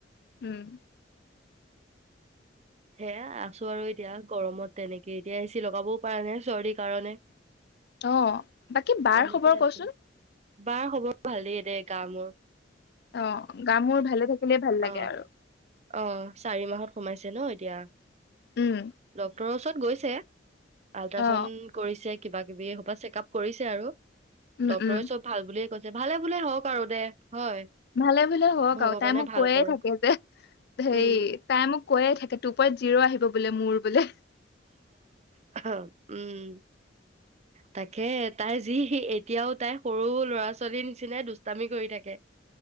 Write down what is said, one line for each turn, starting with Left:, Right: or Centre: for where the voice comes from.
Left: উম
Right: হে আছো আৰু এতিয়া গৰমত তেনেকে এতিয়া এ চি লগাবও পাৰা নাই চৰ্দি কাৰণে
Left: অ বাকী বাৰ
Right: এনেকে
Left: খবৰ
Right: আছো
Left: কচোন
Right: বাৰ খবৰ ভালেই দে গা মূৰ
Left: অ গা মূৰ ভালে থাকিলেই ভাল লাগে
Right: অ
Left: আৰু
Right: অ চাৰি মাহত সোমাইছে ন এতিয়া
Left: উম
Right: ডক্তৰৰ ওচৰত গৈছে আল্ট্ৰাচাউড
Left: অ
Right: কৰিছে কিবা কিবি এহোপা চেক আপ কৈছে আৰু
Left: উম
Right: ডক্টৰে
Left: উম
Right: চব ভাল বুলিয়ে ভালে বোলে হওক আৰু দে হয়
Left: ভালে ভালে হওক
Right: ভগৱানে
Left: আৰু তাই মোক
Right: ভাল
Left: কৈয়ে
Right: কৰক
Left: থাকে যে হেৰি
Right: উম
Left: তাই মোক কৈয়ে থাকে টু পইণ্ট জিৰ' আহিব বোলে মোৰ বোলে
Right: অ উম তাকে তাই যি এতিয়াও তাই সৰু ল'ৰা ছোৱালীৰ নিচিনাই দুষ্টামি কৰি থাকে